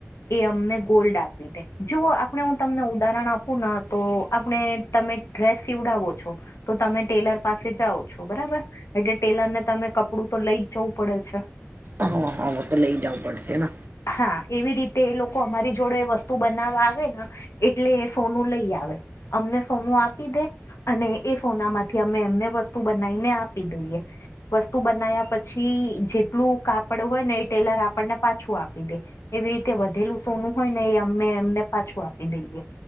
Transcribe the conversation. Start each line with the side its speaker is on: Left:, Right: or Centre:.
Left: એ અમને ગોલ્ડ આપી દે જો આપણે હું તમને ઉદાહરણ આપું ને તો આપણે તમે ડ્રેસ સીવડાવો છો તો તમે ટેલર પાસે જાઓ છો બરાબર એટલે ટેલર ને તમે કપડું તો લઈ જ જવું પડે છે.
Right: હા હા વો તો લઇ જાવું પડશે ને.
Left: હા એવી રીતે એ લોકો અમારી જોડે વસ્તુ બનાવવા આવે ને એટલે એ સોનું લઈ આવે અમને સોનું આપી દે અને એ સોનામાંથી અમે એમને વસ્તુ બનાવીને આપી દઈએ વસ્તુ બનાયા પ છી જેટલું કાપડું હોય ને એ ટેલર આપણને પાછું આપી દે. એવી રીતે વધેલુ સોનું હોય ને એ અમે એમને પાછું આપી દઈએ